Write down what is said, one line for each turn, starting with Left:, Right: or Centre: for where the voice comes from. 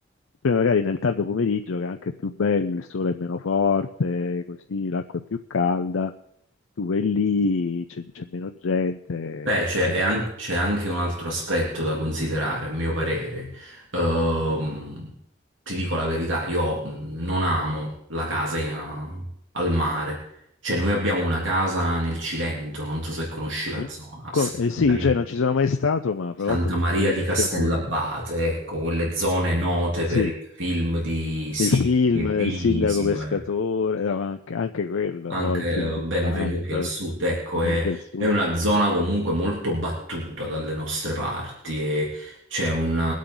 Left: Poi magari nel tardo pomeriggio, che è anche più bello, il sole è meno forte, così l'acqua è più calda, tu vai lì, c'è c'è meno gente,
Right: Beh,
Left: e
Right: c'è
Left: te
Right: è
Left: la
Right: an-
Left: godi.
Right: c'è anche un altro aspetto da considerare, a mio parere. Ehm, ti dico la verità, io non amo la casa in- al mare. Cioè, noi abbiamo una casa nel Cilento, non so se conosci la
Left: Mhm.
Right: zona, a
Left: Co-
Right: Santa
Left: eh, sì,
Right: Maria,
Left: cioè non ci sono mai stato, ma
Right: Santa
Left: fra l'altro mi
Right: Maria
Left: incuriosisce
Right: di Castellabate,
Left: molto.
Right: ecco, quelle zone note
Left: Sì,
Right: per il film di Sidney
Left: il film
Right: e
Left: del
Right: Visio.
Left: sindaco pescatore,
Right: eh.
Left: no, anche, anche quello,
Right: anche
Left: o il film
Right: eh,
Left: di
Right: benvenuti
Left: Piani, forse,
Right: al sud, ecco,
Left: eh, Benvenuti
Right: è,
Left: al Sud.
Right: è una zona comunque molto battuta dalle nostre parti e c'è un,